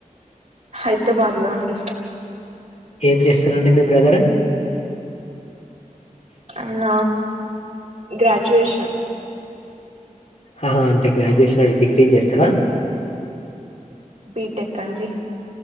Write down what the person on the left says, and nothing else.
ఏం చేస్తారండి మీ బ్రదర్
హ హా అంటే గ్రాడ్యుయేషన్ అంటే డిగ్రీ జేస్తరా